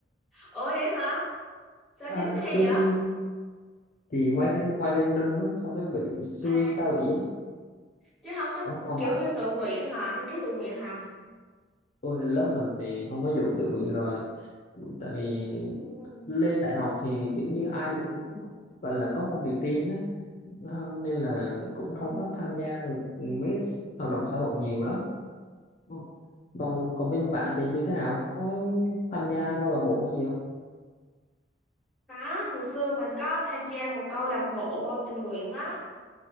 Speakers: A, in the centre; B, on the left.
A: ủa vậy hả sao
B: Ờ,
A: dính
B: xui
A: hay vậy
B: xui thì quay đến quay random á xong cái bị xui
A: à
B: sao bị dính
A: chứ không có
B: Ủa không
A: kiểu
B: bạn
A: như tự nguyện hả đăng ký tự nguyện hả
B: Ôi, lớp mình thì không có vụ tự nguyện rồi tại vì
A: Ừ.
B: lên đại học thì kiểu như ai cũng gọi là có công việc riêng á Ờ, nên là cũng
A: Ừ.
B: không có tham gia được mấy cái hoạt động xã hội nhiều lắm Ồ, còn còn bên bạn thì như thế nào có tham gia câu lạc bộ hay gì không
A: Có, hồi xưa mình có tham gia một câu lạc bộ tình nguyện á,